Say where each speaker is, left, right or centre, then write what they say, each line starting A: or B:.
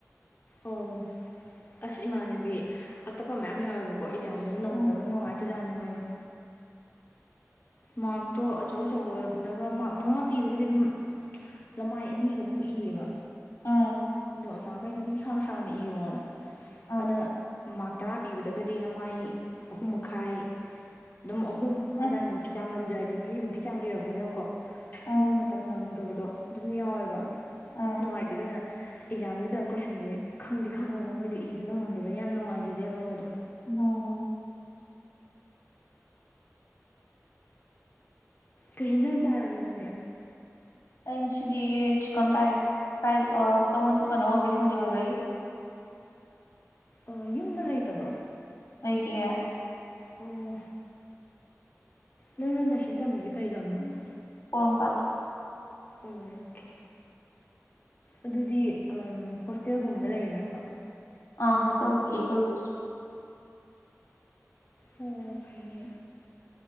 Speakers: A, on the left; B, on the left.
A: ꯑꯣ ꯑꯁ ꯏꯃꯥꯟꯅꯕꯤ ꯑꯇꯞꯄ ꯃꯌꯥꯝ ꯌꯥꯎꯋꯦꯕ__ ꯀꯣ ꯑꯦꯛꯖꯥꯝꯗ ꯅꯪꯗꯕꯗꯣ
B: ꯎꯝ
A: ꯅꯨꯡꯉꯥꯏꯇꯖꯥꯠꯅꯤ ꯃꯣꯏꯗꯣ ꯃꯥꯛꯇꯣ ꯑꯆꯧ ꯑꯆꯧꯕꯗꯒ ꯃꯥꯛ ꯃꯉꯥ ꯄꯤꯕꯒꯖꯦ ꯑꯗꯨꯝ ꯂꯃꯥꯏ ꯑꯅꯤꯒ ꯑꯗꯨꯝ ꯏꯌꯦꯕ
B: ꯑꯥ
A: ꯑꯗꯣ ꯑꯣꯖꯥꯒꯩꯅ ꯑꯗꯨꯝ ꯁꯥꯡ ꯁꯥꯡꯅ ꯏꯌꯣꯅ
B: ꯎꯝ
A: ꯑꯅꯥ ꯃꯥꯛ ꯇꯔꯥ ꯄꯤꯕꯗꯒꯗꯤ ꯅꯃꯥꯏ ꯑꯍꯨꯝ ꯃꯈꯥꯏ ꯑꯗꯨꯝ ꯑꯍꯨꯝ
B: ꯎꯝ
A: ꯑꯗꯥꯏꯃꯨꯛꯀꯤ ꯆꯥꯡ ꯉꯝꯖꯔꯗꯤ ꯃꯔꯤꯃꯨꯛꯀꯤ ꯆꯥꯡ ꯏꯔꯛꯄꯅꯤꯅꯀꯣ
B: ꯎꯝ
A: ꯃꯣꯏ ꯃꯇꯝ ꯅꯪꯗꯕꯗꯣ ꯑꯗꯨꯝ ꯌꯥꯎꯋꯦꯕ
B: ꯎꯝ
A: ꯅꯨꯡꯉꯥꯏꯇꯦ ꯑꯗꯨꯅ ꯑꯦꯛꯖꯥꯝꯖꯤꯗ ꯀꯣꯏꯁꯟꯖꯦ ꯈꯪꯗꯤ ꯈꯪꯉꯒ ꯃꯣꯏꯗꯣ ꯏꯕ ꯅꯪꯉꯝꯗꯕꯩ ꯌꯥꯝ ꯅꯨꯡꯉꯥꯏꯖꯗꯦꯕ ꯃꯣꯏꯗꯣ
B: ꯅꯣ
A: ꯀꯩ ꯍꯦꯟꯖꯥꯡ ꯆꯥꯔꯒꯦ ꯅꯪꯗꯤ
B: ꯑꯩ ꯉꯁꯤꯗꯤ ꯆꯤꯛꯀꯟ ꯇꯥꯏ ꯐ꯭ꯔꯥꯏ ꯑꯥ ꯁꯥꯒꯣꯟ ꯀꯅꯣ ꯑꯣꯏꯕꯩ ꯁꯟꯗꯦ ꯑꯣꯏꯕꯒꯤ
A: ꯑꯥ ꯌꯨꯝꯗ ꯂꯩꯇꯕ꯭ꯔꯣ
B: ꯂꯩꯇꯤꯌꯦ
A: ꯑꯣ ꯅꯪꯅ ꯅꯔꯁꯤꯡ ꯇꯝꯃꯤꯖꯦ ꯀꯔꯤ ꯂꯝꯗꯅꯣ
B: ꯄꯣꯔꯣꯝ ꯄꯥꯠꯇ
A: ꯑꯣꯈꯦ ꯑꯗꯨꯗꯤ ꯑꯝ ꯍꯣꯁꯇꯦꯜꯒꯨꯝꯕꯗ ꯂꯩꯔꯤꯔꯕ
B: ꯑꯥ ꯍꯣꯁꯇꯦꯜ ꯄꯤ ꯑꯈꯣꯏ <unintelligible>
A: ꯑꯣ ꯐꯩꯅꯦ